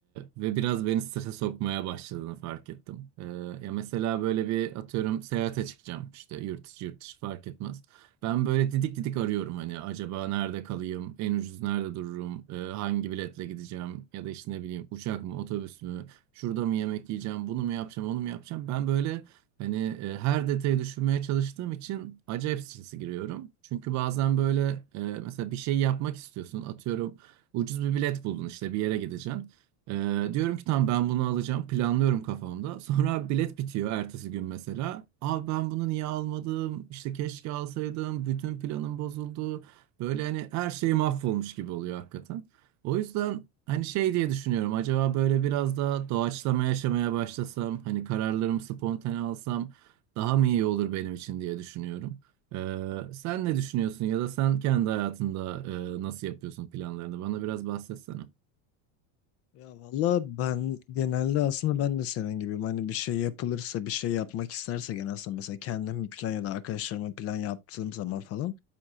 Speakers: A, on the right; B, on the left.
A: ve biraz beni strese sokmaya başladığını fark ettim. E, ya mesela böyle bir atıyorum seyahate çıkacağım işte yurt içi yurt dışı fark etmez. Ben böyle didik didik arıyorum hani acaba nerede kalayım, en ucuz nerede dururum, E, hangi biletle gideceğim ya da işte ne bileyim uçak mı otobüs mü? Şurada mı yemek yiyeceğim, bunu mu yapacağım, onu mu yapacağım? Ben böyle hani e, her detayı düşünmeye çalıştığım için acayip strese giriyorum. Çünkü bazen böyle e, mesela bir şey yapmak istiyorsun. Atıyorum ucuz bir bilet buldun işte bir yere gideceksin. E, diyorum ki tamam ben bunu alacağım. Planlıyorum kafamda. Sonra bilet bitiyor ertesi gün mesela. Abi ben bunu niye almadım? İşte keşke alsaydım. Bütün planım bozuldu. Böyle hani her şey mahvolmuş gibi oluyor hakikaten. O yüzden hani şey diye düşünüyorum. Acaba böyle biraz da doğaçlama yaşamaya başlasam, hani kararlarımı spontane alsam daha mı iyi olur benim için diye düşünüyorum. Ee, sen ne düşünüyorsun ya da sen kendi hayatında e, nasıl yapıyorsun planlarını? Bana biraz bahsetsene.
B: Ya valla ben genelde aslında ben de senin gibiyim. Hani bir şey yapılırsa, bir şey yapmak isterse genelde aslında mesela kendim bir plan ya da arkadaşlarıma plan yaptığım zaman falan.